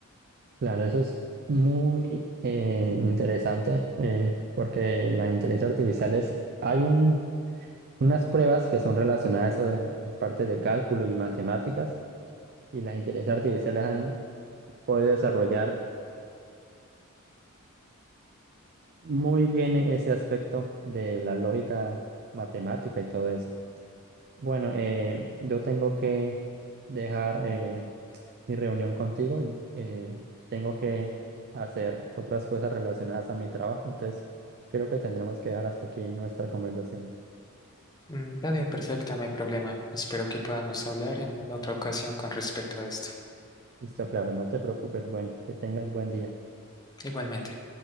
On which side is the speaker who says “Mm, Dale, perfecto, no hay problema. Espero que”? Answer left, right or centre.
Left